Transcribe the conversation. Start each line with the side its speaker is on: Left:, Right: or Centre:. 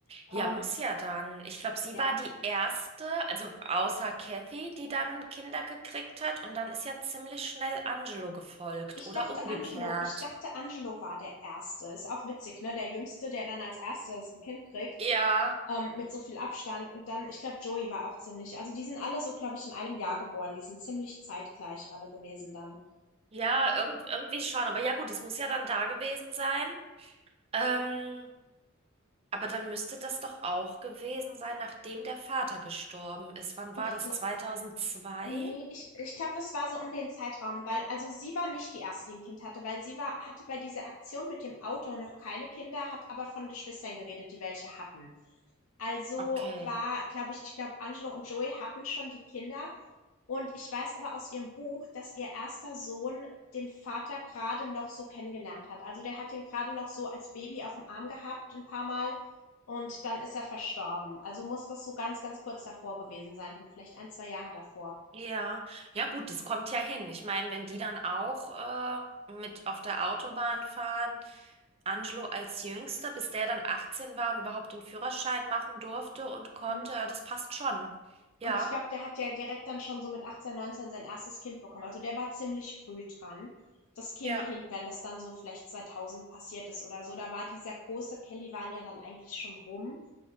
Left: Ähm,
Right: Ja, muss ja dann. Ich glaube, sie
Left: ja.
Right: war die erste, also außer Kathy, die dann Kinder gekriegt hat. Und dann ist ja ziemlich schnell Angelo gefolgt
Left: Ich
Right: oder
Left: dachte,
Right: umgekehrt.
Left: Angelo ich dachte, Angelo war der Erste. Ist auch witzig, ne? Der Jüngste, der dann als Erstes ein Kind kriegt.
Right: Ja,
Left: ähm, mit so viel Abstand. Und dann, ich glaube, Joey war auch ziemlich. Also die sind alle so, glaube ich, in einem Jahr geboren. Die sind ziemlich zeitgleich alle gewesen dann.
Right: ja, irgend, irgendwie schon. Aber ja, gut, es muss ja dann da gewesen sein. Ähm, aber dann müsste das doch auch gewesen sein, nachdem der Vater gestorben ist. Wann
Left: Ich
Right: war das?
Left: glaube.
Right: zweitausendzwei
Left: Nee, ich, ich glaube, das war so um den Zeitraum, weil, also sie war nicht die erste, die ein Kind hatte, weil sie war, hatte bei dieser Aktion mit dem Auto noch keine Kinder, hat aber von Geschwistern geredet, die welche hatten. Also
Right: Okay.
Left: war, glaube ich ich glaube, Angelo und Joey hatten schon die Kinder. Und ich weiß aber aus ihrem Buch, dass ihr erster Sohn den Vater gerade noch so kennengelernt hat. Also der hat ihn gerade noch so als Baby auf dem Arm gehabt ein paar Mal und dann ist er verstorben. Also muss das so ganz, ganz kurz davor gewesen sein, so vielleicht ein 2 Jahre davor.
Right: Ja, ja gut, das kommt ja hin. Ich meine, wenn die dann auch äh, mit auf der Autobahn fahren, Angelo als Jüngster, bis der dann 18 war und überhaupt den Führerschein machen durfte und konnte,
Left: Mhm.
Right: ja, das passt schon.
Left: Und
Right: Ja,
Left: ich glaube, der hat ja direkt dann schon so mit 18, 19 sein erstes Kind bekommen. Also der war ziemlich früh dran. Das käme
Right: Ja.
Left: hin, wenn das dann so vielleicht 2000 passiert ist oder so. Da war dieser große Kellywan ja dann eigentlich schon rum.